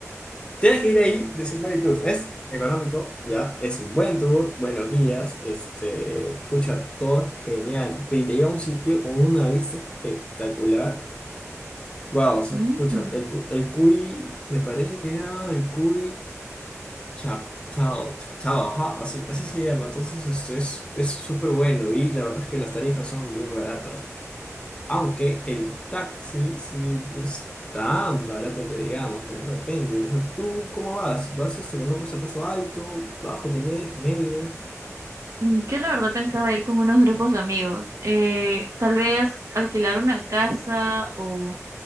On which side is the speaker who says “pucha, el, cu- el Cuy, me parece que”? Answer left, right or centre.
Left